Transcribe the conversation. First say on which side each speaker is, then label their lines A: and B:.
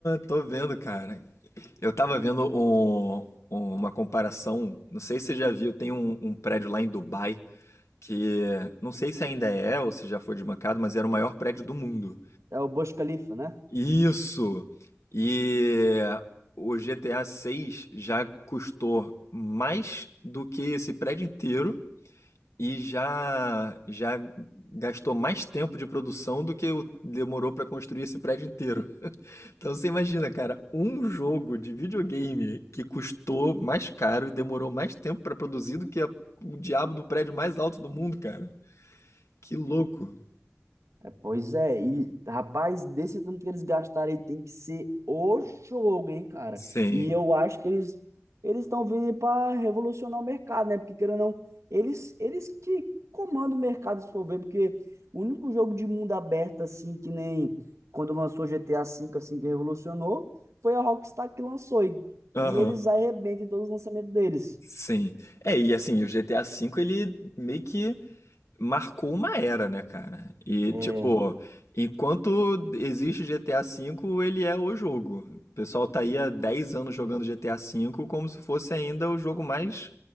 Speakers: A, on the left; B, on the right.
A: tô vendo, cara. Eu tava vendo um- uma comparação, não sei se você já viu, tem um, um prédio lá em Dubai que não sei se ainda é ou se já foi desbancado, mas era o maior prédio do mundo.
B: É o Burj Khalifa, né?
A: Isso! E o GTA 6 já custou mais do que esse prédio inteiro e já já gastou mais tempo de produção do que o- demorou para construir esse prédio inteiro. <laughs> Então você imagina, cara, um jogo de videogame que custou mais caro e demorou mais tempo para produzir do que a- o diabo do prédio mais alto do mundo, cara. Que louco.
B: É, pois é, e rapaz, desse tanto que eles gastaram aí tem que ser o jogo, hein, cara?
A: Sim.
B: E eu acho que eles eles estão vindo para revolucionar o mercado, né? Porque querendo ou não, eles eles que comandam o mercado, se for ver, porque o único jogo de mundo aberto assim que nem quando lançou GTA V assim que revolucionou, foi a Rockstar que lançou e,
A: Aham.
B: e eles arrebentam em todos os lançamentos deles.
A: Sim. É, e assim, o GTA V ele meio que marcou uma era, né, cara? E,
B: É,
A: tipo, enquanto existe o GTA V, ele é o jogo. O pessoal tá aí há 10 anos jogando GTA V como se fosse ainda o jogo mais,